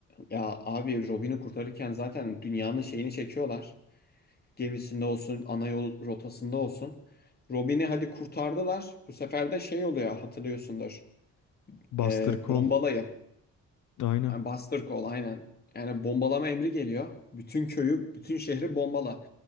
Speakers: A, on the left; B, on the left.
A: ya abi Robin'i kurtarırken zaten dünyanın şeyini çekiyorlar. Gemisinde olsun, ana yol rotasında olsun. Robin'i hadi kurtardılar. Bu sefer de şey oluyor hatırlıyorsundur.
B: Buster
A: Ee,
B: Call.
A: bombalayı.
B: Aynen.
A: Yani Buster Call aynen. Yani bombalama emri geliyor. Bütün köyü, bütün şehri bombala.